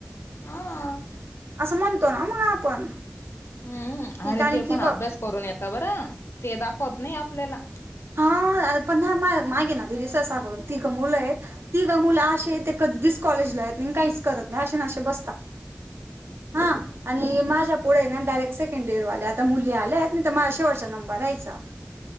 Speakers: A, on the left (about 85°); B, on the right (about 75°).
A: ह.
B: असं म्हणतो ना म आपण.
A: हम्म हम्म.
B: की
A: आरे
B: कारण
A: ते
B: की
A: पण अभ्यास
B: बघ
A: करून येता बरं. ते दाखवत नाही आपल्याला.
B: हा पण ना माह्या मागेदी ससा करून. तिघ मुलंयेत. तिघ मुलं असये. ते कधीच कॉलेजला येत नाही. अन काहीच करत नाही. असेन आशे बसतात. हा आणि माझ्या पुढेय ना डायरेक्ट सेकंड डियरवाल्या आता मुली आल्यात. नाहीत महा शेवटचा नंबर रायचा.